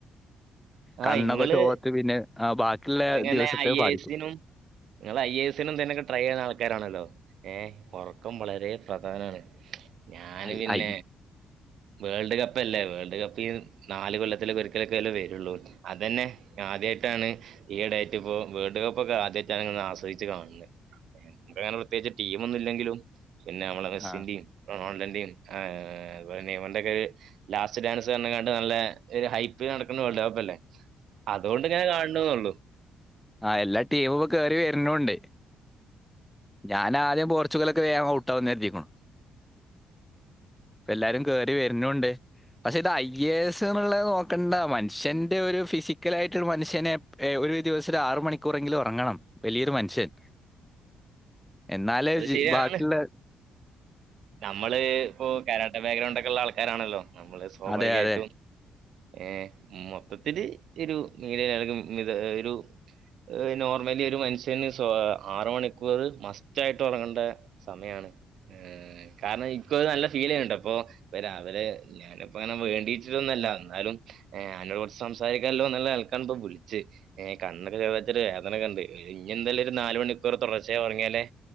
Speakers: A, on the right (about 70°); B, in the centre.
A: ആ
B: കണ്ണൊക്കെ
A: ഇങ്ങള്
B: ചോത്ത് പിന്നെ ബാക്കിയുള്ള
A: ഇങ്ങളിങ്ങനെ
B: ദിവസത്തെ
A: ഐ
B: ബാധിക്കും
A: എസിനും നിങ്ങൾ ഐ എസിനും തിനോക്കെ ട്രൈ ചെയ്യുന്ന ആൾക്കാരാണല്ലോ ഏഹ് ഒറക്കം വളരെ പ്രധാനാണ് ഞാന്
B: ഐ
A: പിന്നെ
B: ഐ
A: വേൾഡ് കപ്പ് അല്ലേ വേൾഡ് കപ്പ് ഈ നാല് കൊല്ലത്തില ഒരിക്കലൊക്കെല്ലേ വരുള്ളൂ അതന്നെ ആദ്യായിട്ടാണ് ഈ ഡടേറ്റ് ഇപ്പോ വേൾഡ് കപ്പ് ഒക്കെ ആദ്യട്ടാണ് ഇങ്ങനെ ആശ്രയിച്ചു കാണുന്നത് നമുക്ക് അങ്ങനെ പ്രത്യേകിച്ച് ടീം ഒന്നുല്ലെങ്കിലും പിന്നെ നമ്മള മെസ്സിന്റെ
B: ആ
A: ടീം റൊണാൾടന്റിം ഏഹ് <unintelligible> ലാസ്റ്റ് ഡാൻസ് പറഞ്ഞ്ങ്ങാണ്ട് നല്ല ഒരു ഹൈപ്പില് നടക്ക്ണ വേൾഡ് കപ്പല്ലേ അതോണ്ട് ഞാൻ കാണ്ണ്ന്നൊള്ളു
B: ആഹ് എല്ലാ ടീമു കേറി വര്ണൂണ്ട് ഞാനാദ്യം പോർച്ചുഗലൊക്ക വേഗം ഔട്ടാവുന്ന് കരുതീക്ക്ണു ഇപ്പെല്ലാരും കേറി വര്ണൂ ണ്ട് പക്ഷെ ഇത് ഐ എ എസ് ന്ന്ള്ളത് നോക്കണ്ട മനുഷ്യന്റെ ഒരു ഫിസിക്കലായിട്ടൊരു മനുഷ്യനെ ഏഹ് ഒരു ദിവസൊരാറ് മണിക്കൂറെങ്കിലും ഒറങ്ങണം വലിയൊരു മനുഷ്യൻ എന്നാലേ
A: അത്
B: ഒരു ജി
A: ശരിയാണ്
B: ബാക്കിള്ള
A: നമ്മള് ഇപ്പോ കരാട്ടേ ബാക്ക്ഗ്രൗണ്ടക്കിള്ള ആൾക്കാരാണല്ലോ നമ്മള് സ്വാഭാവികായിട്ടും
B: അതെ അതെ
A: ഏഹ് മൊത്തത്തില് എരു <unintelligible> ഒരു ഏഹ് നോർമലി ഒരു മനുഷ്യന് സ്വ ആറ് മണിക്കൂറ് മസ്റ്റായിട്ടൊറങ്ങണ്ടേ സമയാണ് ഏഹ് കാരണം ഇക്കുവത് നല്ല ഫീൽ കണ്ടപ്പോ ഇന്ന് രവിലെ ഞാനിപ്പങ്ങന വേണ്ടീട്ടൊന്നല്ല അന്നാലും ഏഹ് അന്നോട് കൊറച്ച് സംസാരിക്കാല്ലോ നല്ലാൾക്കാണിപ്പൊ വിളിച്ചയ് ഏഹ് കണ്ണൊക്കെ ഓത്തൊരു വേദനെക്കണ്ട് ഇന്യെന്തായാലൊരു നാല് മണിക്കൂറ് തൊടർച്ചായി ഒറങ്ങിയാലേ